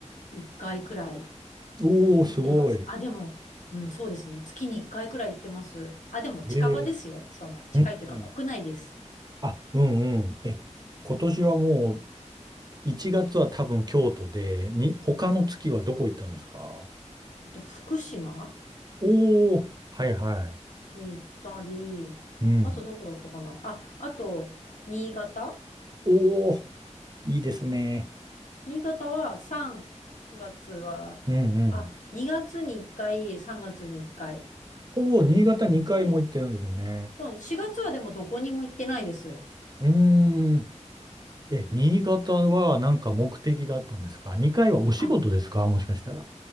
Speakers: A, on the left; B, on the right.
A: 1回くらい
B: うん。おー、
A: 行ってます。
B: すごい。
A: あ、でも、うん、そうですね。月に1回くらい行ってます。あ、でも近場ですよ。
B: えー、
A: その、近いというか国内です。
B: うん、うん。あ、うん、うん。え、今年はもう1月は多分京都で、に、他の月はどこ行ったんですか
A: えっと、福島
B: おー、はいはい。
A: に行ったり、
B: うん。
A: あとどこだったかなあ、あと、新潟
B: おお、いいですね。
A: 新潟は3月は、
B: うんうん。
A: あ、2月に1回、3月に1回
B: おお、新潟2回も行ってるんですね。
A: 行って、そ4月はでもどこにも行ってないです。
B: うーん。え、新潟はなんか目的があったんですか ?2 回はお仕事ですかもしかしたら。
A: あ、